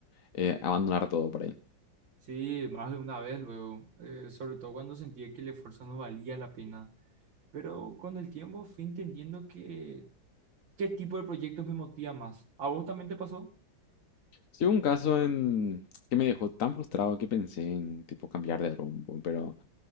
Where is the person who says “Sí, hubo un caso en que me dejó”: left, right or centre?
Left